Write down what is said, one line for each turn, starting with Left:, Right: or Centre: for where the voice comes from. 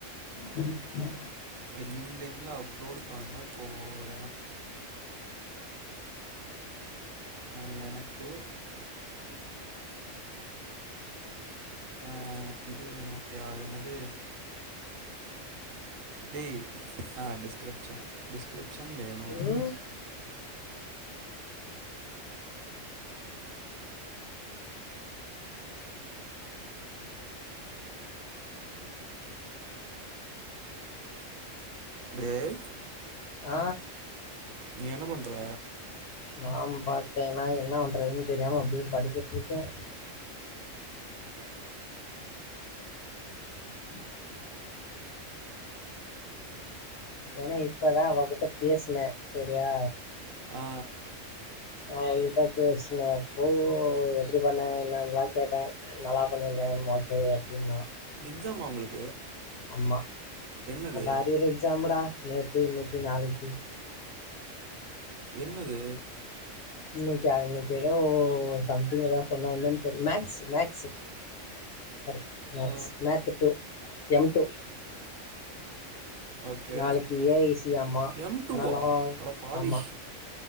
Left: உம் உ
Right: லிங்க்டின்ல அப்லோட் பண்ண போற ஆ எனக்கு அ இது வேணும்து என்னது டேய் அ டிஸ்கிரிப்ஷன் டிஸ்கிரிப்ஷன் வேணோ
Left: ம்
Right: டேய்
Left: ஆ
Right: நீ என்ன பண்ணுற
Left: நான் பாத்தேனா என்ன பண்றதுன்னு தெரியாம அப்டியே படுத்துட்டுருக்க ஆ ஏன்னா இப்பதா அவகிட்ட பேசுன சரியா
Right: ஆ
Left: அவள்கிட்ட பேசுனே அப்போ எப்டி பண்ண என்ன எல்லா கேட்ட நல்லா பண்ணிருக்க மோச்சவே என்ன
Right: எக்ஜாமா உங்களுக்கு
Left: ஆமா
Right: என்னது
Left: அரியர் எக்ஸாம்டா நேத்து இன்னைக்கு நாளைக்கு <unintelligible>
Right: என்னது
Left: இன்ணைக்கு அன்னைக்கி ஏதோ சம்திங் எதாவது சொன்ன என்னனு மேக்ஸ் மேக்ஸு கரெக்ட் maths
Right: ஆ
Left: math two M two
Right: okay
Left: நாளைக்கு ஏஐசி ஆமா
Right: எம் டூவா
Left: ஆனாலாம்
Right: அட பாவி
Left: ஆமா